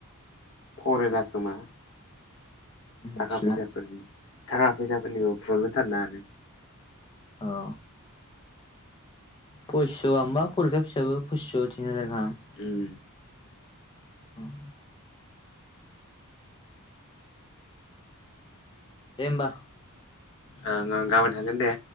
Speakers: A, on the left (about 60°); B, on the left (about 20°).
A: फरायला खोमा।
B: मिथिला
A: थाखा फैसाफोरनि थाखा फैसाफोरनिबो प्रब्लेमथारना आरो।
B: अ पसिस' गाहामबा फरिखा फिसाबो पस्स' थिन हाजार गाहाम।
A: ओम
B: उम दे होमबा
A: ओं ओं गाबोन थांगोन दे।